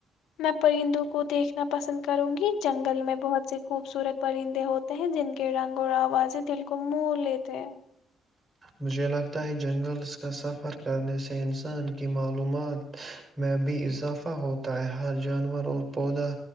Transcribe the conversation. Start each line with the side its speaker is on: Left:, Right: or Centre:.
Left: میں پرندوں کو دیکھنا پسند کروں گی جنگل میں بہت سے خوبصورت پرندے ہوتے ہیں جن کے رنگ اور آوازیں دل کو مہ لیتے ہیں
Right: مجھے لگتا ہے جنگلس کا سفر کرنے سے انسان کی معلومات میں بھی اضافہ ہوتا ہے ہر جانور اور پودا